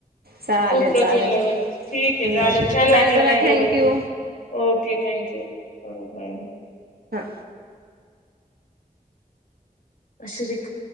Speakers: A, on the right; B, on the left.
A: चालेल
B: खूप प्रचंड
A: चालेल
B: गर्दी झाले. ठीक आहे.
A: हम्म
B: चालेल छान
A: चालेल
B: वाटलं
A: चला
B: ताई
A: Thank you
B: बोलून. okay thank you bye bye
A: हा.
B: आशरिक